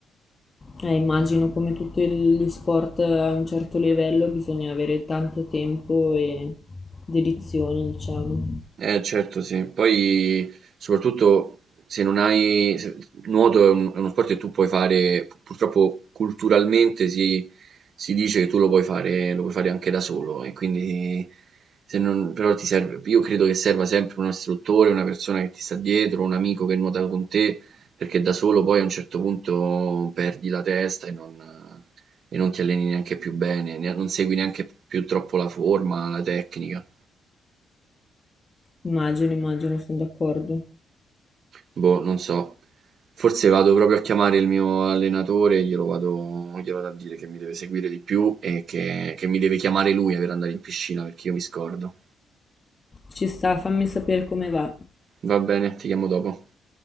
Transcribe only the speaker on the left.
Eh, immagino come tutti gli sport a un certo livello bisogna avere tanto tempo e dedizione, diciamo.
Immagino, immagino, sono d'accordo.
Ci sta, fammi sapere come va.